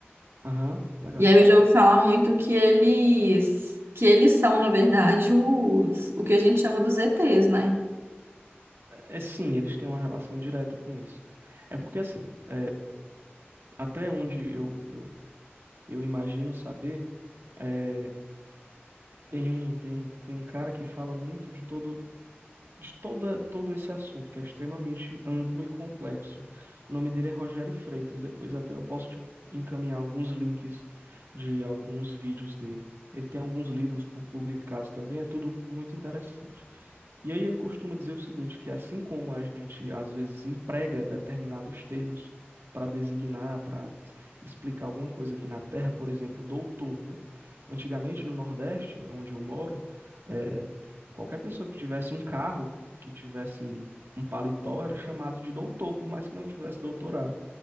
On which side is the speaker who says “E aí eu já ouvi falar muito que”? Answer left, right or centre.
Right